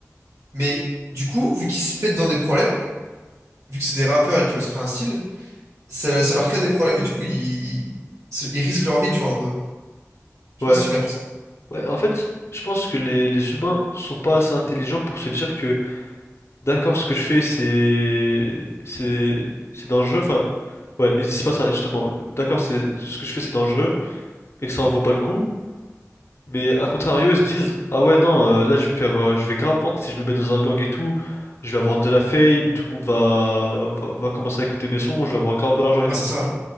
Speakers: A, on the right; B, on the left.
A: Mais du coup, vu qu'ils se mettent dans des problèmes, vu que c'est des rappeurs et qu'ils veulent se créer un style, ça, ça leur crée des problèmes et du coup, ils, ils risquent leur vie, tu vois, un peu. Je
B: Ouais,
A: sais pas si tu captes.
B: Ouais, en fait, je pense que les, les humains sont pas assez intelligents pour se dire que, d'accord, ce que je fais, c'est, c'est, c'est dangereux. Enfin, ouais, ils se disent pas ça, justement. D'accord, c'est, ce que je fais, c'est dangereux et que ça en vaut pas le coup. Mais à contrario, ils se disent, ah ouais, non, euh, là, je vais faire, euh, je vais grave vendre si je me mets dans un gang et tout. Je vais avoir de la fame, tout le monde va, va, va commencer à écouter mes sons, je vais avoir grave de l'argent et
A: Ouais,
B: tout.
A: c'est ça. Ouais,